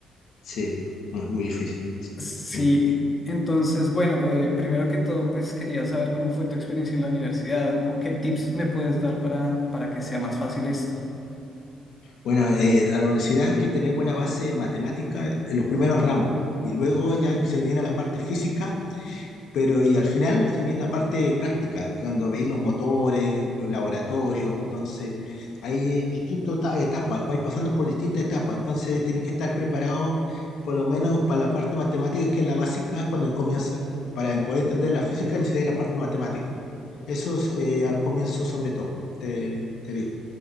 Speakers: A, on the left (about 65°); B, on the left (about 25°).
A: Sí, muy, muy difícil. Sí.
B: Sí,
A: sí.
B: entonces, bueno, eh, primero que todo, pues quería saber cómo fue tu experiencia en la universidad, como qué tips me puedes dar para, para que sea más fácil esto.
A: Bueno, eh, a la universidad hay que tener buena base matemática en los primeros ramos y luego ya se viene la parte física, pero y al final se viene la parte práctica, cuando veis los motores, los laboratorios. Entonces, hay distintas ta- etapas, vais pasando por distintas etapas. Entonces, tienes que estar preparado por lo menos para la parte matemática, que es la básica cuando comienza. Para poder entender la física necesitáis la parte matemática. Eso so- eh, al comienzo sobre todo, te, te digo.